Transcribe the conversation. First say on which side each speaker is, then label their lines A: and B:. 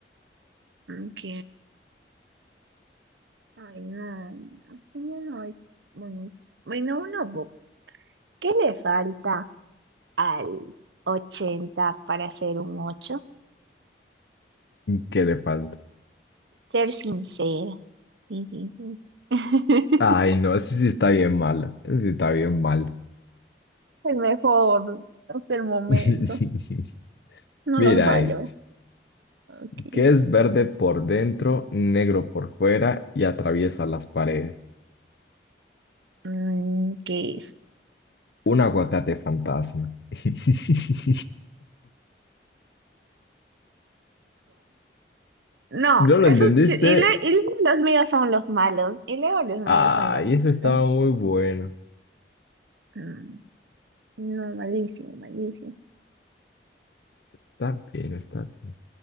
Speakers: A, on the right; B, on the left.
A: ok. Ay, no. Es que ya no hay bonitos. Bueno, una boca. ¿Qué le falta al 80 para ser un 8?
B: ¿qué le falta?
A: Ser sincero. Sí, sí, sí. <laughs>
B: Ay, no, ese sí está bien malo. Ese sí está bien malo.
A: El mejor hasta el momento.
B: <laughs>
A: No
B: Mira
A: los valora.
B: este,
A: Ok.
B: que es verde por dentro, negro por fuera y atraviesa las paredes.
A: Mm, ¿qué es?
B: Un aguacate fantasma. <laughs>
A: No,
B: ¿No lo
A: esos
B: entendiste?
A: chi- y, le, y los míos son los malos. Y luego los
B: Ay,
A: míos son los malos.
B: ese estaba muy bueno.
A: Mm, No, malísimo, malísimo.
B: Está bien, está bien.